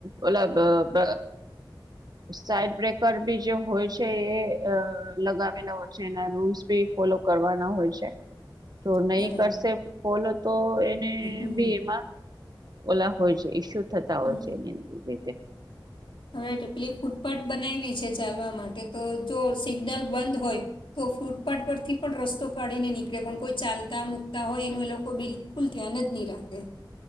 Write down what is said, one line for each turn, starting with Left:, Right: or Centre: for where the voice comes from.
Right: ઓલા બ બ. સાઈડ બ્રેકર બી જે હોય છે એ અ લગાવેલા હોય છે એના રૂલ્સ બે ફોલો કરવાના હોય છે.
Left: <unintelligible>
Right: જો નહી
Left: બરાબર
Right: કરશે ફોલો તો એને
Left: હમ
Right: ભી એમાં ઓલા હોય છે ઈસ્યુ થતા
Left: હમ
Right: હોય છે એની લીઘે.
Left: હવે એટલી ફૂટપાથ બનાવી છે ચાલવા માટે તો જો સિગ્નલ બંધ હોય. તો ફ્રૂટપાટ પર થી. પણ રસ્તો કાઢી ને નીકળે પણ કોઈ ચાલતા મુૂકતા હોય એનું એ લોકો બિલકુલ ધ્યાન જ નહી રાખે.